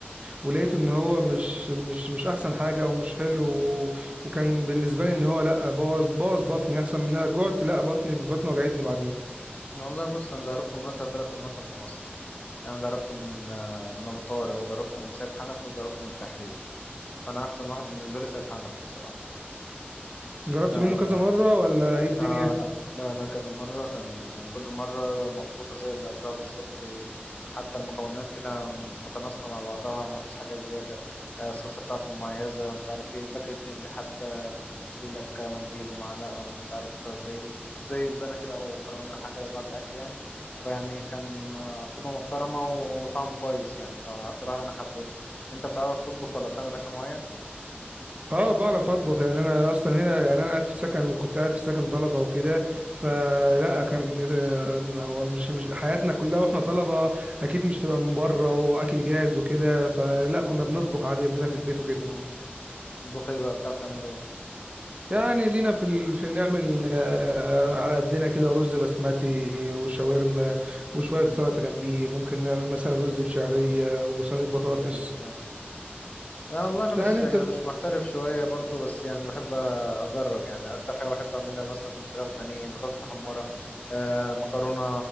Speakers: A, on the right (about 30°); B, on the left (about 40°).
A: ولقيت ان هو مش مش مش احسن حاجه او مش حلو و... وكان بالنسبه لي ان هو لا بوظ بوظ بطني احسن من إن أنا جعت لا بطني بطني وجعتني بعديه
B: والله بص انا جربته من اشهر ثلاث اماكن في مصر يعني جربته من آه، من ابو طارق وجربته من سيد حنفي وجربته من التحرير فانا احسن واحد بالنسبه لي سيد حنفي بصراحه
A: جربت
B: آه،
A: منه كذا مره ولا ايه الدنيا
B: آه لا لا لا كذا مرة كان كل مرة مظبوطة زي اللي قبلها بالظبط إيه، حتى المكونات كده متناسقة مع بعضها ما فيش حاجة زيادة آه، الصلصة بتاعته مميزة مش عارف ايه الباكجينج حتى يجيب لك منديل ومعلقة ومش عارف زي زي البانة كده أو كراميل حاجة بعد الأكل يعني فيعني كان آه، خدمة محترمة و- وطعم كويس يعني فأكتر واحد أنا حبيته أنت بتعرف تطبخ ولا بتعمل أكل معين؟
A: اه بعرف اطبخ يعني انا اصلا هنا يعني انا قاعد في سكن وكنت قاعد في سكن طلبه وكده فلا كان آه، ما هو مش مش حياتنا كلها واحنا طلبه اكيد مش تبقى من بره واكل جاهز وكده فلا كنا بنطبخ عادي عندنا في البيت وكده
B: مم. تطبخ ايه بقى بتعرف تعمل ايه؟
A: يعني لينا في ال... في نعمل آه، على قدنا كده رز بسمتي وشاورما وشويه
B: مم.
A: سلطه جنبيه ممكن نعمل مثلا رز بشعريه وصينيه بطاطس
B: جامد ده لا والله انا مش
A: يعني انت
B: يعني مش محترف شويه برضو بس يعني بحب اجرب يعني اكتر حاجه بحب اعملها مثلا فراخ بانيه بطاطس محمره آه مكرونه